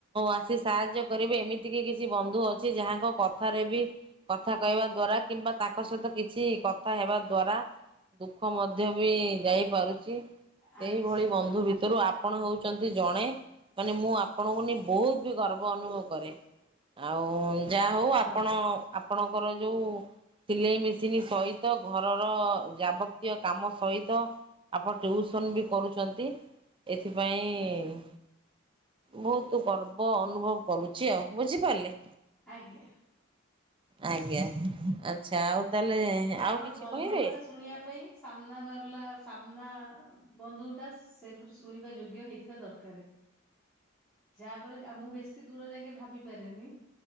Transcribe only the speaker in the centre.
ଆ ନିଶ୍ଚିତ
ଭାବରେ।
ଧନ୍ୟବାଦ
ଆଜ୍ଞା
ଆଜ୍ଞା
କାରଣ
ବନ୍ଧୁର
କଥା ଶୁଣିବା ପାଇଁ ସାମ୍ନା ରହିଲାସାମ୍ନା ବନ୍ଧୁ ଟା ସେପରି ଶୁଣିବା ଯୋଗ୍ୟ ହେଇଥିବା ଦରକାର ଯାହା ଫଳରେ ମୁଁ ବେଶୀ ଦୂର ଯାଇକେ ଭାବି ପାରେନି